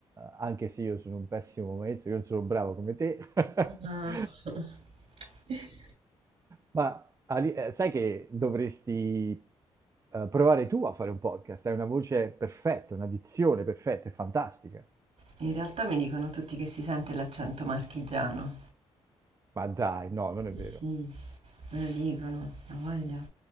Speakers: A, on the right; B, on the right.
A: anche se io sono un pessimo maestro, io non sono bravo come te, <laughs>
B: Ah. <laughs>
A: ma Ali- eh, sai che dovresti eh, provare tu a fare un podcast, hai una voce perfetta, una dizione perfetta, è fantastica.
B: In realtà mi dicono tutti che si sente l'accento marchigiano.
A: Ma dai, no, non è
B: Sì,
A: vero.
B: sì, me lo dicono, ha voglia.